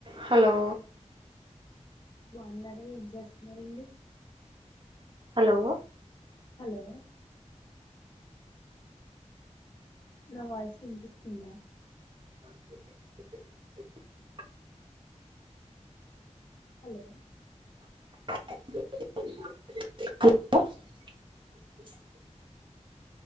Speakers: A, on the right; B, on the left.
A: Hello
B: బావున్నరా ఏం చేస్తున్నారు అండి?
A: హలో
B: హాలో నా వాయిస్ వినిపిస్తుంద
A: <inaudible>
B: హలో
A: హలో